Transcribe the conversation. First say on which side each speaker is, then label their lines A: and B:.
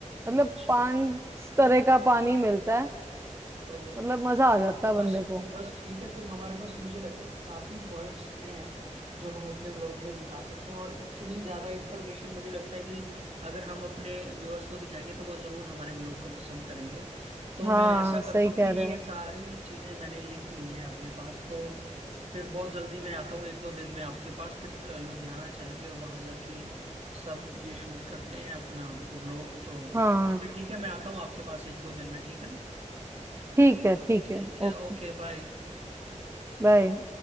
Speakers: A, on the right (about 20°); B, on the right (about 55°).
A: मतलब
B: अच्छा
A: पांच तरह का पानी मिलता है
B: तो
A: मतलब मजा आ जाता है
B: बस
A: बंदे को
B: बस ठीक है फिर हमारे पास मुझे लगता है कि काफी पॉइंट्स हैं जो हम अपने व्लॉग में दिखा सकते हैं और इतनी ज्यादा इन्फॉर्मेशन मुझे लगता है कि अगर हम अपने व्यूअर्स को दिखाएंगे तो वो जरूर हमारे व्लॉग को पसंद करेंगे तो
A: हाँ
B: मैं ऐसा
A: सही
B: करता हूँ
A: कह
B: कि ये
A: रहे हो
B: सारी चीजें मैंने लिख ली हैं अपने पास तो फिर बहुत जल्दी मैं आता हूँ एक दो दिन में आपके पास फिर अ, लुधियाना चलेंगे और वहां जाके सब ये शूट करते हैं अपना व्लॉग तो
A: हाँ
B: फिर ठीक है मैं आता हूँ आपके पास एक दो दिन में ठीक है ना
A: ठीक है ठीक
B: ठीक
A: है
B: है
A: Okay
B: ओके बाय
A: bye